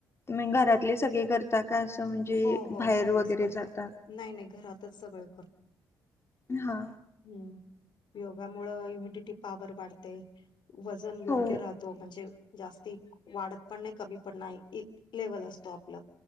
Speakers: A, on the left (about 30°); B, on the left (about 65°).
A: म घरातली सगळी कर ता का असं म्हणजे
B: हो हो
A: बाहेर
B: सगळेच
A: वगैरे
B: करतो
A: जाता.
B: नाही नाही घरातच सगळे
A: हा!
B: हूं योगामुळ इम्युडिटी पावर वाढते वजन योग्य
A: हो
B: राहत तो म्हणजे जास्ती वाढत पण नाही कमी पण नाही ई लेवल असतो आपला